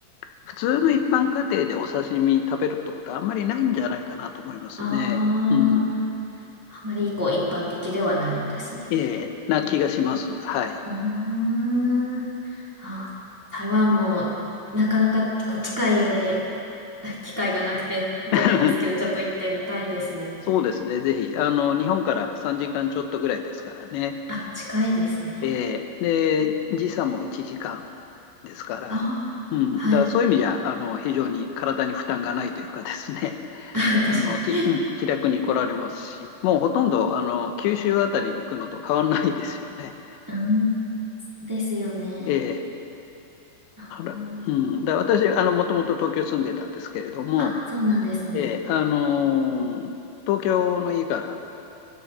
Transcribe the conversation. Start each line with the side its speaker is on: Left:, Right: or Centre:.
Left: 普通の一般家庭でお刺身食べるってことはあんまりないんじゃないかなと思いますね。
Centre: あ
Left: うん、
Centre: あ、あまりこう一般的ではないんですね。
Left: えーな気がします。はい。
Centre: うーん。あ、台湾もなかなかこう近いようで、機会がなくて行けないんですけど、
Left: <laughs>
Centre: ちょっと行ってみたいですね。
Left: そうですね、ぜひ、あの、日本から3時間ちょっとぐらいですからね。
Centre: あ、近いですね。
Left: えーで、時差も1時間ですから、
Centre: ああ、
Left: うん、
Centre: はい。
Left: だからそういう意味じゃ、あの、非常に体に負担がないというかですね。
Centre: あ、確かに。
Left: あの、き、うん、気楽に来られますし、もうほとんど、あの、九州あたりに行くのと変わらないですよね。
Centre: うん、ですよね。
Left: <laughs> ええ、
Centre: あー、
Left: あら、うん。だ私、あの、もともと東京住んでたんですけれども、
Centre: あそうなんですね。
Left: ええ、あのー東京の家から、